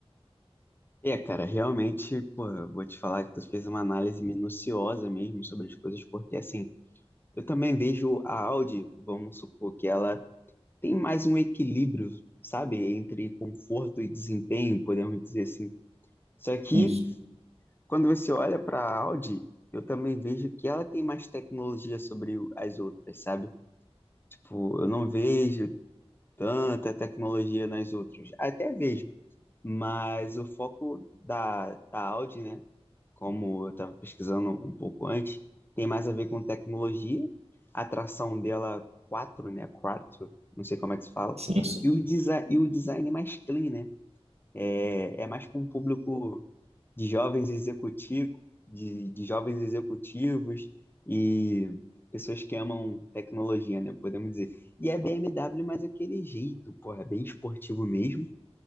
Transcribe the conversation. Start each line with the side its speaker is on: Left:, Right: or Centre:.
Left: É, cara, realmente, pô, eu vou te falar que tu fez uma análise minuciosa mesmo sobre as coisas, porque assim, eu também vejo a Audi, vamos supor que ela tem mais um equilíbrio, sabe, entre conforto e desempenho, podemos dizer assim. Só que
Right: Isso.
Left: quando você olha para a Audi, eu também vejo que ela tem mais tecnologia sobre o- as outras, sabe? Tipo, eu não vejo tanta tecnologia nas outras. Até vejo, mas o foco da, da Audi, né? como eu estava pesquisando um pouco antes, tem mais a ver com tecnologia, a tração dela quatro né? quatro não sei como é que se fala,
Right: Sim, sim.
Left: e o, desi e o design é mais clean, né? É, é mais para um público de jovens executivos, de, de jovens executivos e pessoas que amam tecnologia, né? Podemos dizer. E é BMW, mas aquele jeito, porra, bem esportivo mesmo,